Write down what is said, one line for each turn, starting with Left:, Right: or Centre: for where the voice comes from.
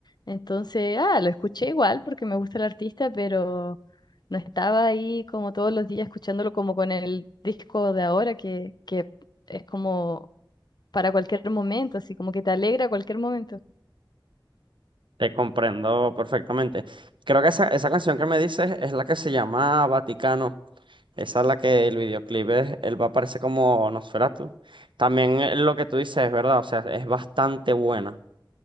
Left: Entonces, ah, lo escuché igual porque me gusta el artista, pero no estaba ahí como todos los días escuchándolo como con el disco de ahora, que, que es como para cualquier momento, así como que te alegra cualquier momento.
Right: Te comprendo perfectamente. Creo que esa, esa canción que me dices es la que se llama Vaticano. Esa es la que el videoclip es, él va a aparecer como Nosferatu. También eh, lo que tú dices es verdad, o sea, es bastante buena.